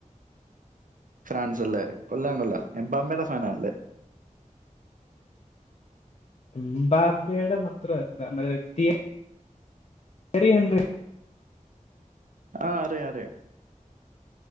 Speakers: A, on the right; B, on the left.
A: ഫ്രാൻസ് അല്ലേ. കൊള്ളാം കൊള്ളാം എംമാപ്പേടെ ഫാനാണല്ലേ?
B: എംമ്പാപ്പെടെ മാത്രം അല്ല, നമ്മടെ <unintelligible> വരെണ്ട്.
A: ആഹ് അറിയാം അറിയാം.